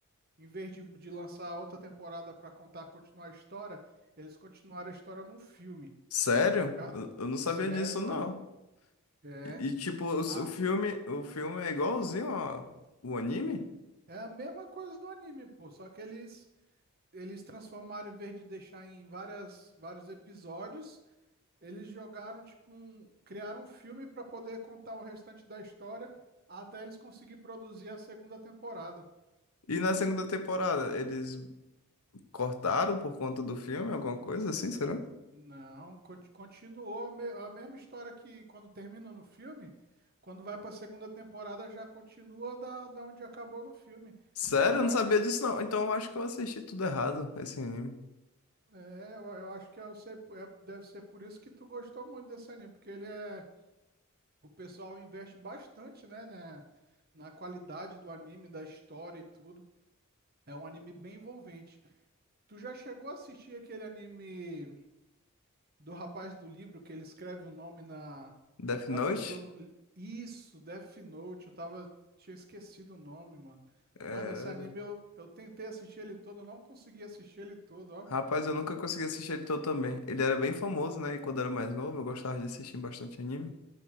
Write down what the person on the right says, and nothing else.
em vez de, de lançar outra temporada para contar, continuar a história, eles continuaram a história num filme.
Ah,
sério,
mano.
É
a,
é a mesma coisa do anime, pô, só que eles eles transformaram em vez de deixar em várias vários episódios, Eles jogaram, tipo, um, criaram um filme para poder contar o restante da história até eles conseguirem produzir a segunda temporada.
Não, conti- continuou a, me- a mesma história que quando termina no filme, quando vai para a segunda temporada já continua da, da onde acabou no filme.
Agora
eu,
é, eu, eu acho que eu sei po- é- deve ser por isso que tu gostou muito desse anime, porque ele é, o pessoal investe bastante, né, né, na qualidade do anime, da história e tudo. É um anime bem envolvente. Tu já chegou a assistir aquele anime do rapaz do livro que ele escreve o nome na
da
pessoa no... Isso, Death Note, eu tava tinha esquecido o nome, mano.
Mano, esse anime eu, eu tentei assistir ele todo, eu não consegui assistir ele todo, ó.